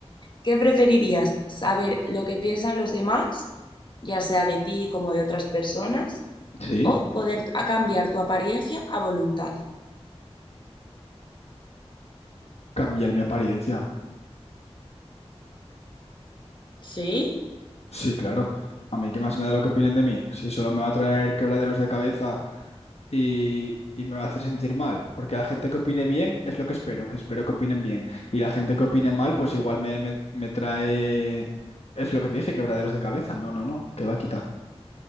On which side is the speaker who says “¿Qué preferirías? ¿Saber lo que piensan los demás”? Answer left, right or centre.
Left